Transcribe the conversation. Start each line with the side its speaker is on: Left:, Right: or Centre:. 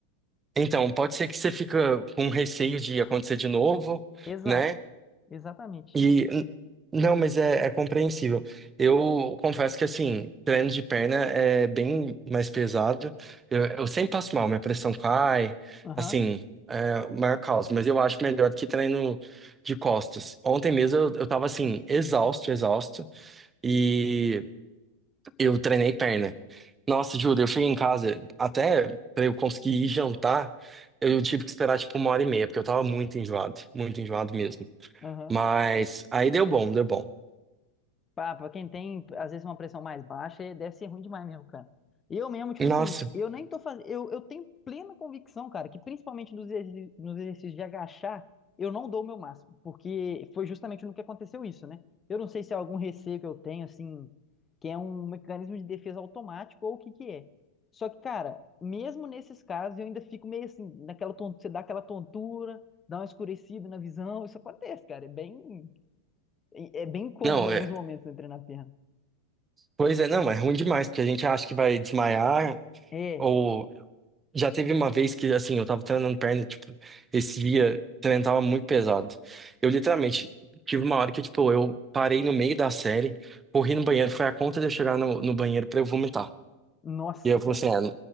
Right: Então, pode ser que você fica com receio de acontecer de novo,
Left: Exato,
Right: né?
Left: exatamente.
Right: E n- não, mas é, é compreensível. Eu confesso que assim, treino de perna é bem mais pesado. Eu, eu sempre passo mal, minha pressão cai,
Left: Aham,
Right: assim, é o maior caos, mas eu acho melhor do que treino de costas. Ontem mesmo eu, eu tava assim, exausto, exausto. e eu treinei perna. Nossa, Júlia, eu cheguei em casa, até pra eu conseguir ir jantar, eu tive que esperar tipo uma hora e meia, porque eu tava muito enjoado, muito enjoado mesmo.
Left: aham.
Right: Mas aí deu bom, deu bom.
Left: Pra, pra quem tem, às vezes, uma pressão mais baixa, é- deve ser ruim demais mesmo, cara. Eu mesmo, tipo assim,
Right: Nossa,
Left: eu nem tô fazendo. Eu, eu tenho plena convicção, cara, que principalmente nos, exerci- nos exercícios de agachar, eu não dou o meu máximo. Porque foi justamente no que aconteceu isso, né? Eu não sei se é algum receio que eu tenho, assim, que é um mecanismo de defesa automático ou o que que é. Só que, cara, mesmo nesses casos, eu ainda fico meio assim, naquela tontura, você dá aquela tontura, dá uma escurecida na visão, isso acontece, cara. É bem. E É bem cômodo
Right: não,
Left: em alguns
Right: é,
Left: momentos né, treinar a perna.
Right: pois é, não, é ruim demais, porque a gente acha que vai desmaiar,
Left: É,
Right: ou já teve uma vez que, assim, eu tava treinando perna, tipo, esse dia, o treino tava muito pesado. Eu literalmente tive uma hora que, tipo, eu parei no meio da série, corri no banheiro, foi a conta de eu chegar no, no banheiro pra eu vomitar.
Left: nossa,
Right: E eu falei
Left: cara.
Right: assim,